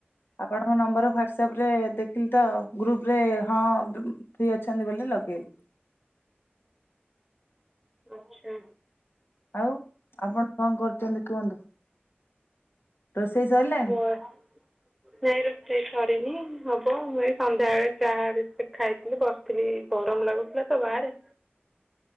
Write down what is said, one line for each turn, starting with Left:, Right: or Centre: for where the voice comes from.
Left: ଆପଣଙ୍କ ନମ୍ବର ହ୍ଵାଟସଆପ ରେ ଦେଖିଲି ତ ଗ୍ରୁପରେ ହଁ ଫ୍ରି ଅଛନ୍ତି ବୋଲି ଲଗେଇଲି।
Centre: ଆଛା।
Left: ଆଉ ଆପଣ କଣ କରୁଛନ୍ତି କୁହନ୍ତୁ? ରୋଷେଇ ସଇଲା?
Centre: <unintelligible> ନାଇଁ ରୋଷେଇ ସରିନି ହବ, ମୁଁ ଏଇ ସନ୍ଧ୍ୟାବେଳେ ଚାହା ବିସ୍କେଟ୍ ଖାଇଥିଲି ବସିି ଥିଲି ଗରମ ଲାଗୁଥିଲା ତ ବାହାରେ।
Left: <inaudible>